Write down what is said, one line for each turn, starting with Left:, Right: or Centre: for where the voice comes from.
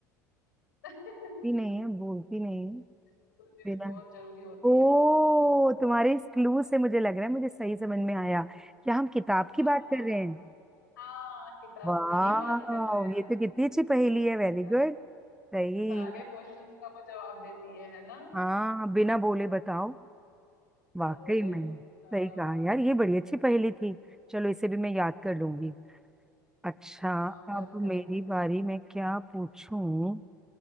Left: <laughs>
Centre: सुनती नहीं है बोलती नहीं है
Left: स्कूल में
Centre: बिना
Left: भी बहुत जरूरी होती
Centre: ओ
Left: है वो
Centre: तुम्हारे इस क्लू से मुझे लग रहा है मुझे सही समझ में आया क्या हम किताब की
Left: हाँ
Centre: बात
Left: हाँ
Centre: कर रहे हैं
Left: हाँ किताब
Centre: वाह
Left: की ही बात कर रहे हैं आप,
Centre: ये तो कितनी अच्छी पहेली है वेरी
Left: है ना
Centre: गुड सही
Left: सारे क्वेश्चंस का वो जवाब देती है है ना
Centre: हाँ बिना बोले बताओ वाकई
Left: क्या बोले
Centre: में
Left: हाँ,
Centre: सही कहा यार ये बड़ी अच्छी पहेली थी चलो इसे भी मैं याद कर लूंगी अच्छा
Left: ना, आप याद
Centre: अब
Left: कर
Centre: मेरी
Left: लेना
Centre: बारी मैं क्या पूछूं